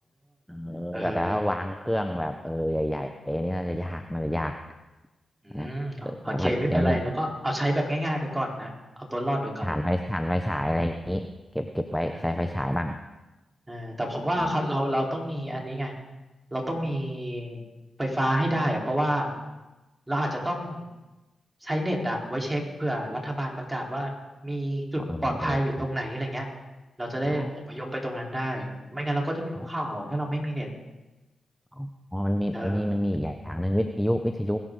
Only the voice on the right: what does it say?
เออเอออืมโอเคไม่เป็นไรแล้วก็เอาใช้แบบง่ายๆไปก่อนนะเอาตัวรอดไปก่อน
อ่า เออแต่ผมว่าเขาเราเราต้องมีอันนี้ไง
เราต้องมีไฟฟ้าให้ได้อะเพราะว่าเราอาจจะต้องใช้เน็ตอะไว้เช็คเผื่อรัฐบาลประกาศว่ามีจุดปลอดภัยอยู่ตรงไหนอะไรเงี้ย
เราจะได้อพยพไปตรงนั้นได้
ไม่งั้นเราก็จะไม่รู้ข่าวอะถ้าเราไม่มีเน็ต
เออ